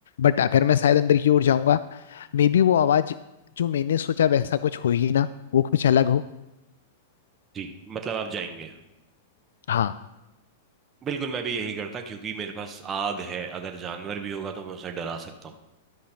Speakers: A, on the left (about 80°); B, on the right (about 20°).
A: बट अगर मैं शायद अंदर की ओर जाऊंगा मे बी वो आवाज जो मैंने सोचा वैसा कुछ हो ही ना वो कुछ अलग हो
B: जी मतलब आप जाएंगे
A: हाँ
B: बिल्कुल मैं भी यही करता क्योंकि मेरे पास आग है अगर जानवर भी होगा तो मैं उसे डरा सकता हूँ